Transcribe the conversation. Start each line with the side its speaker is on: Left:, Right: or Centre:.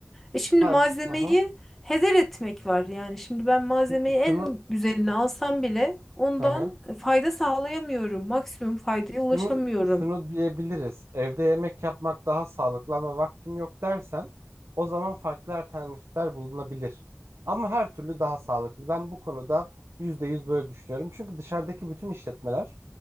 Centre: E şimdi
Right: Ha,
Centre: malzemeyi
Right: hı hı.
Centre: heder etmek var yani. Şimdi ben malzemeyi
Right: Şu- Şunu
Centre: en güzelini alsam bile ondan
Right: hı hı.
Centre: fayda sağlayamıyorum. Maksimum faydaya ulaşamıyorum.
Right: Şunu şunu diyebiliriz. Evde yemek yapmak daha sağlıklı ama vaktim yok dersen o zaman farklı alternatifler bulunabilir. Ama her türlü daha sağlıklı. Ben bu konuda %100 böyle düşünüyorum. Çünkü dışarıdaki bütün işletmeler